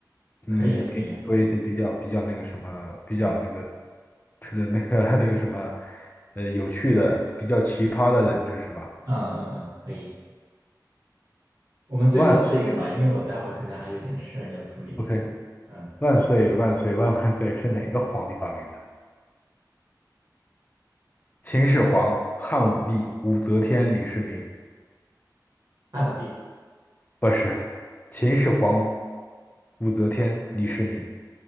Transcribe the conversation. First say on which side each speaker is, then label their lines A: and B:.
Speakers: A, on the right; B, on the left.
A: 可以啊，
B: 嗯，
A: 可以啊，
B: 给你说一些比较比较那个什么，比较那个，
A: 嗯
B: 特的那个 <laughs> 那个什么，呃，有趣的、比较奇葩的冷知识吧。
A: 嗯嗯嗯，嗯可以。我们最后做一个吧，
B: 万岁
A: 因为我待会儿可能还有点事儿要处理一下。
B: ，OK，
A: 嗯，
B: 万岁万岁万万岁是哪个皇帝发明的？秦始皇、汉武帝、武则天、李世民？
A: 汉武帝、
B: 不是，秦始皇、武则天、李世民？